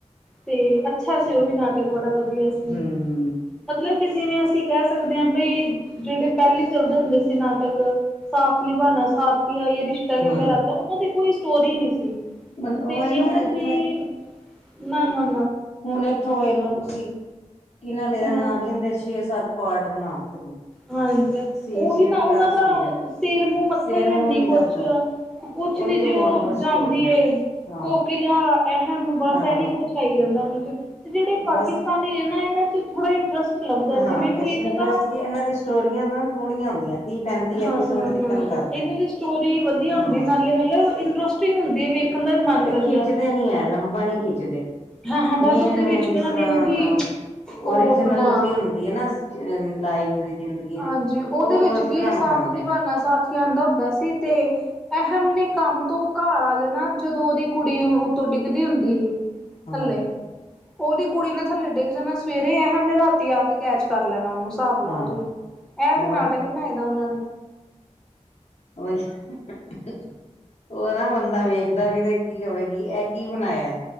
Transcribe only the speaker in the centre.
ਤੇ ਅੱਛਾ ਸੀ ਉਹ ਵੀ ਨਾਟਕ ਬੜਾ ਵਧੀਆ ਸੀ,
ਮਤਲਬ ਕਿ ਜਿਵੇਂ ਅਸੀਂ ਕਹਿ ਸਕਦੇ ਆ ਬਈ ਜਿਹੜੇ ਪਹਿਲੇ ਚੱਲਦੇ ਹੁੰਦੇ ਸੀ ਨਾਟਕ, ਸਾਥ ਨਿਭਾਣਾ ਸਾਥ ਕਿਆ ਯੇ ਰਿਸ਼ਤਾ ਕਿਆ
ਕਹਲਾਤਾਂ ਉਹਨਾਂ ਦੀ ਕੋਈ ਸਟੋਰੀ ਨਹੀਂ ਸੀ
ਤੇ
ਇਹਨਾਂ
ਦੀ ਨਾ-ਨਾ
ਹਾਂ
ਹਾਂਜੀ
ਉਹੀ
ਨਾ ਉਹਨਾਂ
ਦਾ
ਸਿਰ ਮੂੰਹ ਮੱਥਾ
ਈ ਹੈਨੀ
ਕੁਛ-ਕੁਛ
ਤੇ ਜੋ
ਜਾਂਦੀ ਏ
ਕੋਕਿਲਾ ਅਹਿਮ ਬਸ
ਇਹੀ ਕੁਛ ਆਈ ਜਾਂਦਾ ਉਹਨੂੰ। ਤੇ ਜਿਹੜੇ
ਪਾਕਿਸਤਾਨੀ
ਨੇ ਨਾ ਇਹਨਾਂ ਚ ਥੋੜਾ ਇੰਟਰਸਟ ਲੱਭਦਾ
ਜਿਵੇਂ ਕੋਈ
ਇਹਨਾਂ
ਦਾ
ਹਾਂ-ਹਾਂ-ਹਾਂ
ਇਹਨਾਂ
ਦੀ ਸਟੋਰੀ ਵਧੀਆ ਹੁੰਦੀ
ਨਾਲੇ ਮਤਲਬ ਇੰਟਰਸਟਿੰਗ ਹੁੰਦੀ ਐ ਵੀ ਮਨ ਕਰਦਾ
ਹਾਂ ਹਾਂ ਬਸ
ਉਹਦੇ ਵਿੱਚ ਉਹਨਾਂ
ਨੇ ਉਹੀ ਉਹ
ਆਪਣਾ
ਹਾਂਜੀ
ਉਹਦੇ
ਵਿੱਚ
ਕੀ
ਐ
ਸਾਥ ਨਿਭਾਨਾ
ਸਾਥੀਆਂ ਆਂਦਾ ਹੁੰਦਾ ਸੀ ਤੇ ਅਹਿਮ ਨੇ ਕੰਮ ਤੋਂ ਘਰ ਆ ਜਾਣਾ ਜਦੋਂ ਉਹਦੀ ਕੁੜੀ ਉੱਤੋਂ ਡਿੱਗਦੀ ਹੁੰਦੀ ਸੀ
ਥੱਲੇ। ਉਹਦੀ ਕੁੜੀ ਨੇ ਥੱਲੇ ਡਿੱਗ ਜਾਣਾ ਸਵੇਰੇ ਅਹਿਮ ਰਾਤੀ ਆ ਕੇ ਕੈਚ ਕਰ ਲੈਣਾ ਓਨੂੰ ਹਿਸਾਬ ਲਓ
ਤੁਸੀਂ। ਐ
ਤੇ ਨਾਟਕ ਬਣਾਏ ਦਾ ਉਹਨਾਂ ਨੇ।